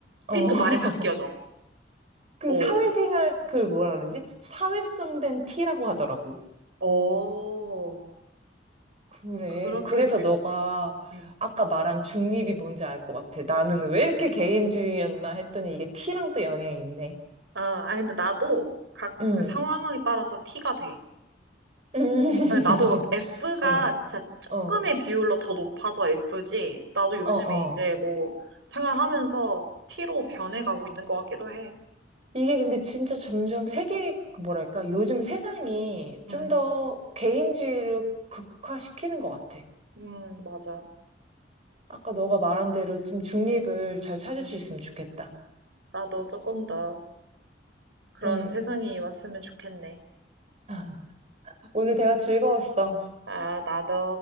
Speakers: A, on the right; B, on the right.
A: 어,
B: 이 또
A: <laughs>
B: 말이 바뀌어져.
A: 그
B: 어.
A: 사회생활, 그 뭐라 그러지? 사회성된 티라고 하더라고.
B: 어.
A: 그래.
B: 그렇게
A: 그래서
B: 될
A: 너가
B: 수도 있다. 음.
A: 아까 말한 중립이 뭔지 알 것 같아. 나는 왜 이렇게 개인주의였나 했더니 이게 T랑 또 영향이 있네.
B: 아, 아니 근데 나도 각
A: 응.
B: 그 상황에 따라서 티가 돼.
A: 음. 음. <laughs>
B: 네, 나도 F가
A: 어,
B: 진짜 조금의
A: 어,
B: 비율로 더 높아서 F지. 나도 요즘에
A: 어, 어.
B: 이제 뭐 생활하면서 T로 변해가고 있는 것 같기도 해.
A: 이게 근데 진짜 점점 세계, 그 뭐랄까, 요즘 세상이 좀
B: 음,
A: 더 개인주의를 극화시키는 것 같아.
B: 음, 맞아.
A: 아까 너가 말한 대로 좀 중립을 잘 찾을
B: 음,
A: 수 있으면 좋겠다.
B: 나도 조금 더 그런
A: 음.
B: 세상이 왔으면 좋겠네.
A: <laughs> 오늘 대화 즐거웠어.
B: 아, 나도.